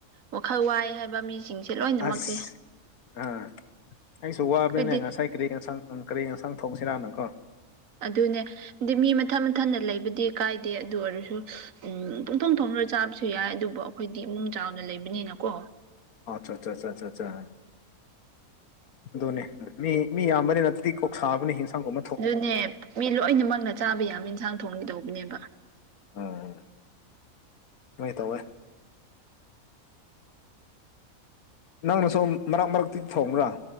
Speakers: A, on the right; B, on the left.
A: ꯋꯥꯈꯜ ꯋꯥꯏ ꯍꯥꯏꯕ ꯃꯤꯁꯤꯡꯁꯦ ꯂꯣꯏꯅꯃꯛꯁꯦ
B: ꯑꯁ ꯑꯥ ꯑꯩꯁꯨ ꯋꯥꯕꯅꯦ
A: ꯑꯩꯈꯣꯏꯗꯤ
B: ꯉꯁꯥꯏ ꯀꯔꯤ ꯌꯦꯟꯁꯥꯡ ꯀꯔꯤ ꯌꯦꯟꯁꯥꯡ ꯊꯣꯡꯁꯤꯔꯥꯅꯀꯣ
A: ꯑꯗꯨꯅꯦ ꯑꯗꯤ ꯃꯤ ꯃꯊꯟ ꯃꯊꯟꯅ ꯂꯩꯕꯗꯤ ꯀꯥꯏꯗꯦ ꯑꯗꯨ ꯑꯣꯏꯔꯁꯨ ꯎꯝ ꯄꯨꯡꯊꯣꯡ ꯊꯣꯡꯂ ꯆꯥꯕꯁꯨ ꯌꯥꯏ ꯑꯗꯨꯕꯨ ꯑꯩꯈꯣꯏꯗꯤ ꯏꯃꯨꯡ ꯆꯥꯎꯅ ꯂꯩꯕꯅꯤꯅꯀꯣ
B: ꯑꯆꯥ ꯆꯥꯆꯥꯆꯥ ꯑꯗꯨꯅꯦ ꯃꯤ ꯃꯤ ꯌꯥꯝꯕꯅꯤꯅ ꯐꯤꯔꯤ ꯀꯣꯛꯁꯥꯕꯅꯤ ꯍꯤꯟꯁꯥꯡꯒꯨꯝ
A: ꯑꯗꯨꯅꯦ ꯃꯤ ꯂꯣꯏꯅꯃꯛꯅ ꯆꯥꯕ ꯌꯥꯕ ꯑꯦꯟꯁꯥꯡ ꯊꯣꯡꯒꯦꯇꯧꯕꯅꯦꯕ
B: ꯎꯝ ꯅꯣꯏ ꯇꯧꯑꯦ ꯅꯪꯅ ꯁꯣ ꯃꯔꯛ ꯃꯔꯛꯇꯤ ꯊꯣꯡꯕ꯭ꯔꯥ